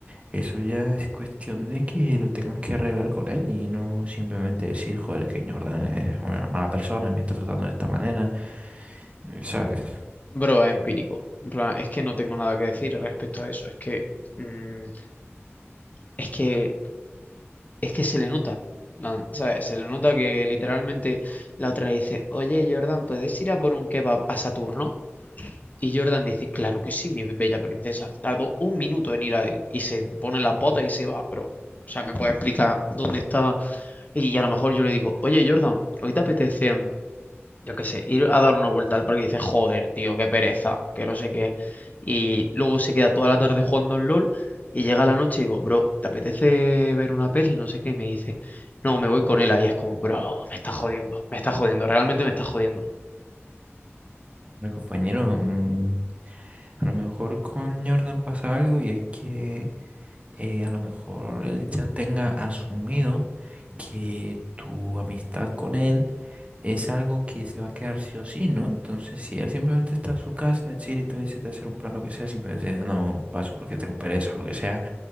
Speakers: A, on the right (about 30°); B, on the left (about 35°).
A: Eso ya es cuestión de que lo tengas que arreglar con él y no simplemente decir, joder, que Jordan es una mala persona, me está tratando de esta manera, eh, ¿sabes?
B: Bro, es empírico, en plan, es que no tengo nada que decir respecto a eso, es que, mm, es que es que se le nota, plan, ¿sabes? Se le nota que literalmente la otra le dice, oye Jordan, ¿puedes ir a por un kebab a Saturno? Y Jordan dice, claro que sí, mi bella princesa. Tardó un minuto en ir ahí y se pone las botas y se va, bro. O sea, me puede explicar dónde está. Y a lo mejor yo le digo, oye Jordan, ¿hoy te apetece mm, yo qué sé, ir a dar una vuelta al parque y dices, joder, tío, qué pereza, que no sé qué. Y luego se queda toda la tarde jugando al LOL y llega la noche y digo, bro, ¿te apetece ver una peli? No sé qué. Y me dice, no, me voy con él. Y es como, bro, me está jodiendo, me está jodiendo, realmente me está jodiendo.
A: Mi compañero, mm, a lo mejor con Jordan pasa algo y es que eh, a lo mejor él ya tenga asumido que tu amistad con él es algo que se va a quedar sí o sí, ¿no? Entonces, si él simplemente está en su casa, chill y tú decides hacer un plan, lo que sea, simplemente dice, no paso porque tengo pereza, lo que sea.